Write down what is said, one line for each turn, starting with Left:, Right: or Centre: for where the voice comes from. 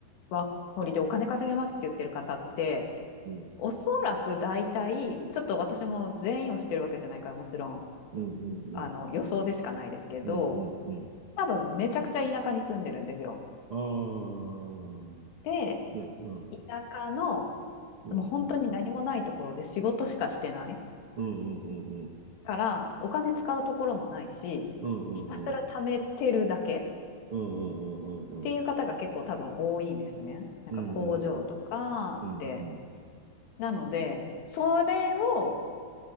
Left: ワーホリでお金稼げますって言ってる方って、
Right: うん。
Left: おそらく大体、ちょっと私も全員を知ってるわけじゃないから、もちろん、
Right: うん。うん。
Left: あの、
Right: うん。
Left: 予想でしかないですけど、
Right: うん。うん。うん。
Left: 多分めちゃくちゃ田舎に住んでるんですよ。
Right: ああ。
Left: で、
Right: ね。うん。
Left: 田舎の、
Right: うん。
Left: もう本当に何もないところで仕事しかしてない
Right: うん。うん。
Left: から、お金使うところもないし、
Right: うん。うん。
Left: ひたすら貯めてるだけっ
Right: うん。うん。
Left: ていう方が結構多分多いんですね。
Right: うん。
Left: なんか工場とかで。
Right: うん。うん。うん。うん。うん。うん。
Left: なので、それを